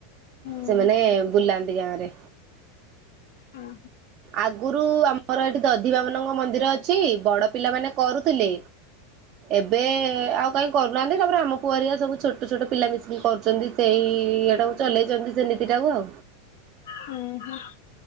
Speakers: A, on the left (about 75°); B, on the right (about 40°).
A: ହୁଁ ହୁଁ
B: ସେମାନେ ବୁଲାନ୍ତି ଗାଁରେ
A: ହୁଁ
B: ଆଗରୁ ଆମର ଏଠି ଦଧିବାବନଙ୍କ ମନ୍ଦିର ଅଛି ବଡ ପିଲାମାନେ କରୁଥିଲେ ଏବେ ଆଉ କାଇଁ କରୁନାହାନ୍ତି ତାପରେ ଆମ ପୁଅହେରିକା ସବୁ ଛୋଟ ଛୋଟ ପିଲା ମିଶିକି କରୁଚନ୍ତି ସେଇ ଇଏଟାକୁ ଚଲେଇଚନ୍ତି ସେ ସେଟାକୁ ଆ
A: ହୁଁ ହୁଁ।